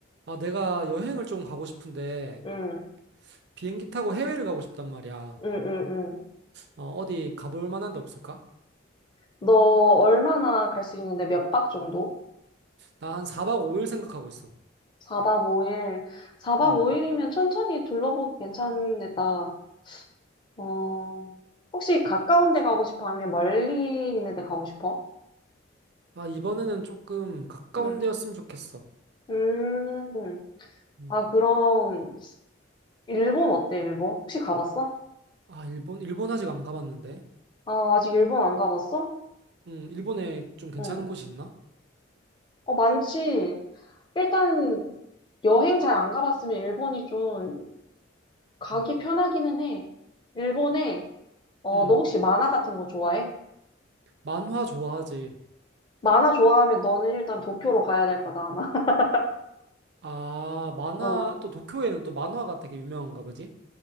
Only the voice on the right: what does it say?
아, 내가 여행을 좀 가고 싶은데
비행기 타고 해외를 가고 싶단 말이야.
어, 어디 가볼 만한 데 없을까?
나 한 4박 5일 생각하고 있어.
음.
아, 이번에는 조금 가까운
데였으면 좋겠어.
음.
아, 일본, 일본 아직 안 가봤는데.
음, 일본에 좀 괜찮은
곳이 있나?
음.
음.
만화 좋아하지.
아, 만화,
또 도쿄에는 또 만화가 되게 유명한가 보지?